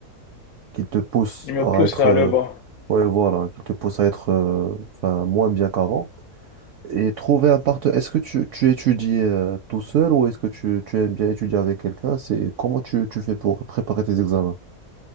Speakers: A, on the right (about 65°); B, on the left (about 70°).
A: qu'ils te poussent
B: Il me
A: à
B: pousse
A: être,
B: vers
A: euh,
B: le bas.
A: ouais, voilà, qu'ils te poussent à être euh, enfin, moins bien qu'avant. Et trouver un partenaire. Est-ce que tu, tu étudies euh, tout seul ou est-ce que tu, tu aimes bien étudier avec quelqu'un? C'est comment tu, tu fais pour préparer tes examens?